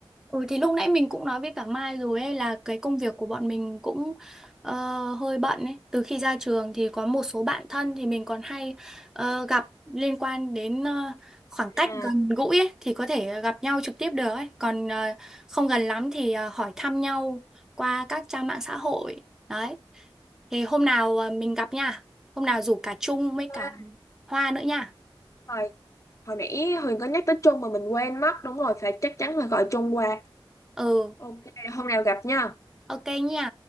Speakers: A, in the centre; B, on the left.
A: Ừ thì lúc nãy mình cũng nói với cả Mai rồi ấy là cái công việc của bọn mình cũng ờ, hơi bận ấy. Từ khi ra trường thì có một số bạn thân thì mình còn hay ờ, gặp liên quan đến ờ, khoảng cách
B: À,
A: gần gũi ấy thì có thể gặp nhau trực tiếp được ấy. Còn ờ, không gần lắm thì ờ, hỏi thăm nhau qua các trang mạng xã hội. Đấy. Thì hôm nào ờ, mình gặp nha. Hôm nào rủ cả Trung với
B: À,
A: cả Hoa nữa nha.
B: Hồi, hồi nãy Huyền có nhắc tới Trung mà mình quên mất. Đúng rồi, phải chắc chắn phải gọi Trung qua.
A: Ừ,
B: Ok, hôm nào gặp nha.
A: ok nha.